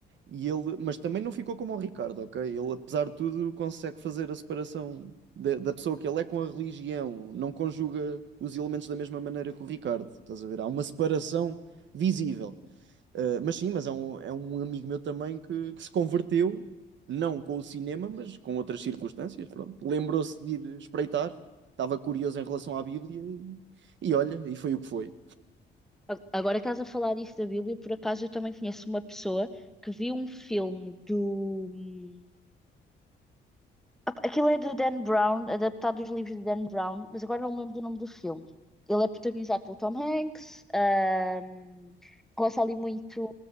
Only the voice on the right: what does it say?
E ele, mas também não ficou como o Ricardo, ok? Ele, apesar de tudo, consegue fazer a separação da, da pessoa que ele é com a religião, não conjuga os elementos da mesma maneira que o Ricardo, estás a ver? Há uma separação visível. Ah, mas sim, mas é um, é um amigo meu também que, que se converteu, não com o cinema, mas com outras circunstâncias, pronto. Lembrou-se de ir espreitar, estava curioso em relação à Bíblia e, e olha, e foi o que foi.